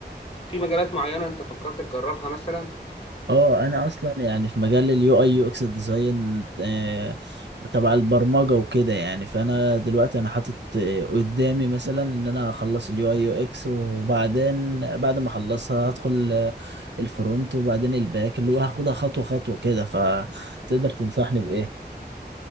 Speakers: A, on the left; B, on the right.
A: في مجالات معينه انت فكرت تجربها مثلا
B: اه انا اصلا يعني في مجال اليو اي يو اكس ديزاين آه، تبع البرمجه وكده يعني فانا دلوقتي انا حاطط آه، قدامي مثلا ان انا اخلص اليو اي يو اكس وبعدين بعد ما اخلصها هدخل آه، الفرونت وبعدين الباك اللي هو هاخدها خطوه خطوه كده فتقدر تنصحني بايه